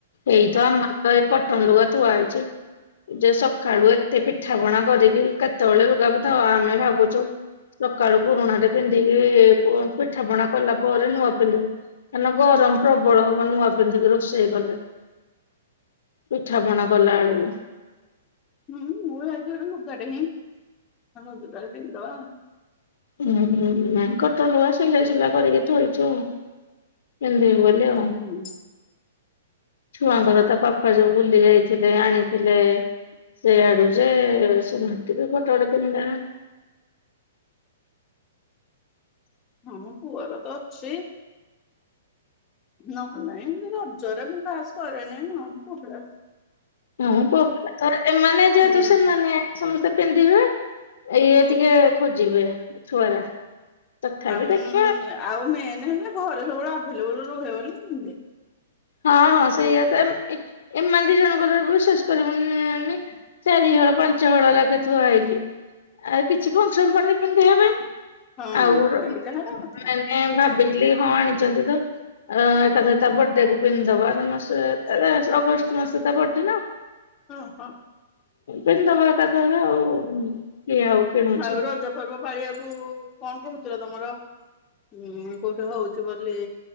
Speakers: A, on the left; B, on the left.
A: ଏଇତ ଆମରି ପାଇଁ କଟନ ଲୁଗା ଥୁଆହେଇଚି। ଯେ ସକାଳୁ ଏତେ ପିଠା ପଣା କରିକି କେତେବେଳେ ଲୁଗା ପିନ୍ଦା ଆମେ ଭାବୁଚୁ ସକାଳୁ ପୁରୁଣାଟେ ପିନ୍ଧିକି ପୁ ପିଠା ପଣା କଲା ପରେ ନୂଆ ପିନ୍ଧିବୁ। ହେନ ଗରମ ପ୍ରବଳ ହବ ନୂଆକ୍ ପିନ୍ଦିକି ରୋଷେଇ କଲେ ପିଠା, ପଣା କଲା ଆଳକୁ।
B: ହୁଁ ମୁଁ ହେଇଟୁ ଗୋଟେ ଲୁଗାଟେହିଁ ରଜଟାରେ ପିନ୍ଧିଦବା।
A: ହୁଁ, ହୁଁ ନାଁ ଗୋଟେ ଲୁଗା ସିଲେଇ ସୁଲା କରିକି ଥୋଇଚୁ ଆଉ ପିନ୍ଧିବୁ ବୋଲି।
B: ହୁଁ
A: ଆଉ।
B: ହୁଁ।
A: ଛୁଆଙ୍କର ତାପାପା ଯୋଉ ବୁଲି ଯାଇଥିଲେ ଆଣିଥିଲେ ସେଇଆଡ଼ୁଯେ ସେମାନ୍ତିବି ଗୋଟେ ଗୋଟେ ପିନ୍ଧ୍ଦେବେ।
B: ହଁ ପୁଅରତ ଅଛି। ନହେଲେ ନାଇଁ ଏମିତି ରଜରେ ମୁଁ କାସ୍ କରେନି ଆଉ ପୁଅପିଲା
A: ହୁଁ ପୁଆପିଲା ଥରେ ଏମାନେ ଯେହେତୁ
B: ହୁଁ
A: ସେମାନେ ସମସ୍ତେ ପିନ୍ଧିବେ ଆ ଇଏ ଟିକେ ଖୋଜିବେ ଛୁଆରା। ତଥାପି
B: ମାମୁଁ
A: ଦେଖିବା
B: ଆଉ ମେନ୍ ହେଲା ଘରେ ସବୁବେଳେ ଆଭେଲେବୁଲ ରୁହେବୋଲି ପିନ୍ଧେ।
A: ହଁ ହଁ ସେଇଆତ ଏମାନେ ଦିଜଣଙ୍କର ବିଶ୍ୱାସ କରିବୁନିି ନାନି ଚାରି ହଳ ପାଞ୍ଚ ହଳ ଲେଖା ଥୁଆ ହେଇଚି ଆଉ କିଛି ଫଙ୍କ୍ସନ୍ ପଡ଼ିନେ ପିନ୍ଧିବେ
B: ହଁ
A: ଆଉ ଓର୍
B: ଏଇଟା ହେଲା କଥା
A: ମେନ୍ ମେ ଭାବିଥିଲି ହଁ ଆଣିଚନ୍ତିତ ଅଁ ଏକାଥରେ ତାବଡ୍ ତାକୁ ପିନ୍ଧିଦବ ଆର ମାସେ ତା ଅଗଷ୍ଟ ମାସେ ତା ବଡେନା।
B: ଓହୋ।
A: ପିନ୍ଧିଦବ କଥାଥରେ ଆଉ କିଏ ଆଉ କିଣୁଛି
B: ଆଉ ରଜ ପର୍ବ ପାଳିବାକୁ କଣ କହୁଥୁଲ ତମର? ହୁଁ କୋଉଠି ହଉଚି ବୋଲି